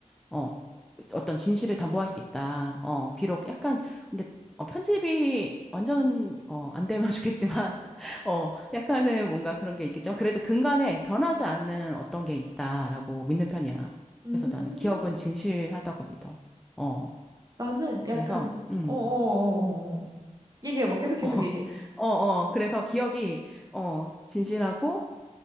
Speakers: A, in the centre; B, on the right.
A: 어, 어떤 진실을 담보할 수 있다. 어, 비록 약간, 근데, 어, 편집이 완전, 어, 안 되면 <laughs> 좋겠지만, 어, 약간은 뭔가 그런 게 있겠죠. 그래도 근간에 변하지 않는 어떤 게 있다라고 믿는 편이야.
B: 음.
A: 그래서 나는 기억은 진실하다고 믿어. 어,
B: 나는
A: 그래서,
B: 약간
A: 음,
B: 어어어어 얘기해봐 계속
A: <laughs>
B: 계속
A: 어,
B: 얘기해.
A: 어, 어, 그래서 기억이, 어, 진실하고,